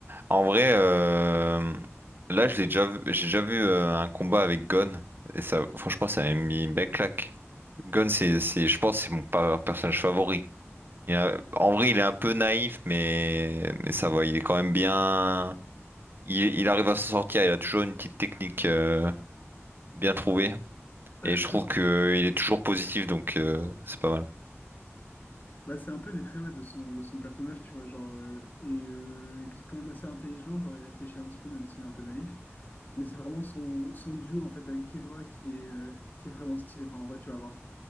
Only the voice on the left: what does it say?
<laughs>
Bah, c'est un peu les traits ouais, de son, de son personnage, tu vois, genre, euh, et euh, il est quand même assez intelligent, genre il réfléchit un petit peu, même s'il est un peu naïf, mais c'est vraiment son, son duo, en fait, avec Killua qui est, euh, qui est vraiment stylé, enfin, en vrai, tu vas voir.